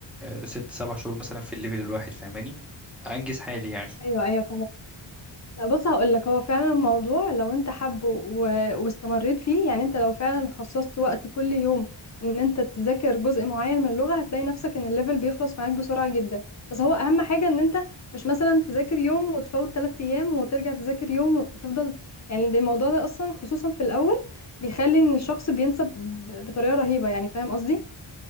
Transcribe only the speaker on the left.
ايوه ايوه لا بص هقول لك هو فعلا الموضوع لو انت حابه و- واستمريت فيه يعني انت لو فعلا خصصت وقت كل يوم ان انت تذاكر جزء معين من اللغة هتلاقي نفسك ان الليفل بيخلص معاك بسرعة جدا بس هو اهم حاجة ان انت مش مثلا تذاكر يوم وتفوت ثلاث ايام وترجع تذاكر يوم وتفضل يعني ده- الموضوع ده اصلا خصوصا في الاول بيخلي ان الشخص بينسى ب- بطريقة رهيبة يعني فاهم قصدي